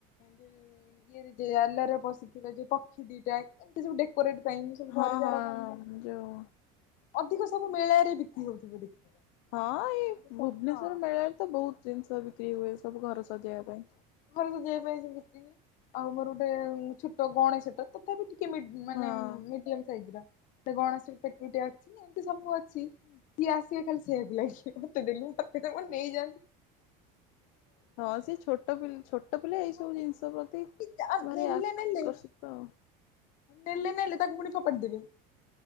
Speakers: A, on the left; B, on the left.
A: ଯୋଉ ଇଏରେ ଆଲରେ ବସିଥିବା ଯୋଉ ପକ୍ଷୀ ଦିଟା ଏମିତି ସବୁ। ମୁଁ ସବୁ
B: ହଁ
A: ଘରେ ଯାହା
B: ହଁ
A: ରଖିଥାଏ ହେ
B: ଯୋଉ
A: ଅଧିକ ସବୁ ମେଳାରେ ବିକ୍ରି ହଉଥିବ ଦେଖିବ।
B: ହଁ
A: ହେଲା।
B: ଏଇ
A: ସବୁ
B: ଭୁବନେଶ୍ୱର
A: ହଁ
B: ମେଳାରେ ତ ବହୁତ ଜିନିଷ ବିକ୍ରି ହୁଏ, ସବୁ ଘର ସଜେଇବା ପାଇଁ।
A: ଘରେ ସଜେଇବା ପାଇଁ ସେମିତି ଆଉ ମୋର ଗୋଟେ ଛୋଟ ଗଣେଶ ଛୋଟ ତ ଟିକେ ମାନେ
B: ହଁ
A: ମିଡିୟମ ସାଇଜର। ଗଣେଶ ପେଟୁଟି ଅଛି ଏମିତି ସବୁ ଅଛି। ସିଏ ଆସିବେ ଖାଲି ସେ ହେଆକୁ ଲାଗିବ ମୋତେ ଦେଲୁ ମୋତେ ଦେ ମୁଁ ତ କଣ ନେଇଯାଆ
B: ହଁ ସେ ଛୋଟ ପିଲା ଛୋଟ ପିଲା ଏଇ
A: ହଁ
B: ସବୁ
A: ପରା
B: ଜିନିଷ ପ୍ରତି
A: କି ଯା-
B: ଭାରି
A: ନେଲେ
B: ଆକର୍ଷିତ।
A: ନେଲେ ନେଲେ ନେଲେ ପୁଣି ଫୋପାଡ଼ିଦେବେ।